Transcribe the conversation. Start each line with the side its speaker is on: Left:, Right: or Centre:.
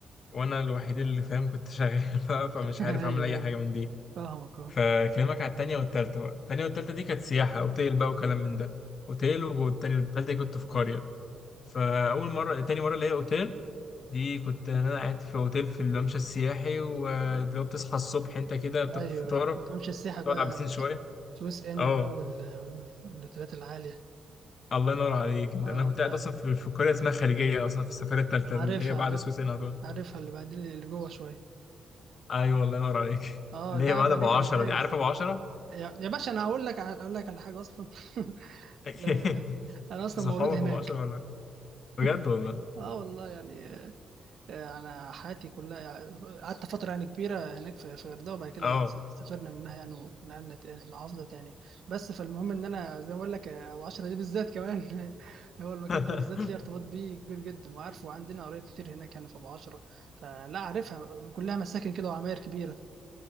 Left: وانا الوحيد اللي فاهم كنت شغال <laughs> بقى فمش
Right: <laughs> ايوه
Left: عارف اعمل اي
Right: ايوه
Left: حاجه من دي
Right: فاهمك اه
Left: فكلمك على التانية والتالتة بقى التانية والتالتة دي كانت سياحة اوتيل بقى وكلام من ده اوتيل والتانية والتالتة دي كنت في قرية فاول مره تاني مره اللي هي اوتيل دي كنت انا قاعد في اوتيل في الممشى السياحي ولو بتصحى الصبح انت كده بتاخد
Right: ايوه
Left: فطارك
Right: ايوه ممشى السياحة بقى
Left: تقعد على البسين شويه
Right: سويس ان
Left: اه
Right: بقى وال- والاوتيلات العالية
Left: الله ينور عليك انت
Right: اه
Left: انا كنت قاعد
Right: ع-
Left: اصلا في في قريه اسمها خليجيه اصلا في السفاره الثالثه
Right: عارفها
Left: اللي هي بعد
Right: عارف
Left: سويس هدول
Right: عارفها اللي بعدين اللي جوه شويه
Left: ايوه الله ينور عليك
Right: اه
Left: اللي
Right: لا
Left: هي
Right: عيب
Left: بعد
Right: عليك
Left: ابو 10
Right: انا دايس
Left: دي عارف ابو 10
Right: يا يا باشا انا هقول لك اقول لك على حاجه اصلا <laughs>
Left: <laughs>
Right: آه، انا اصلا
Left: صحابك
Right: مولود هناك
Left: ابو 10 ولا بجد
Right: <laughs>
Left: والله
Right: اه والله يعني انا حياتي كلها يعني قعدت فتره يعني كبيره هناك في في الغردقه وبعد كده
Left: اه
Right: س- سافرنا منها يعني ونقلنا تاني- محافظه تاني بس فالمهم ان انا زي ما اقول لك ابو عشرة دي بالذات كمان <laughs> هو المكان
Left: <laughs>
Right: ده بالذات ليه ارتباط بيه كبير جدا وعارفه وعندنا قرايب كتير هناك يعني في ابو عشرة فلا عارفها كلها مساكن كده وعماير كبيره